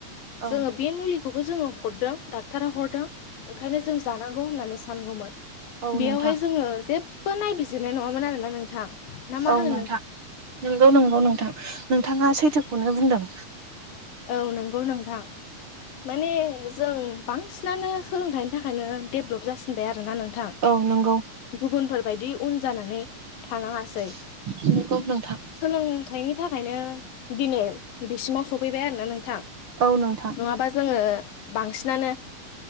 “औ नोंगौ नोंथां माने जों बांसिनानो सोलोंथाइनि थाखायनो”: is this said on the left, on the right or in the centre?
Left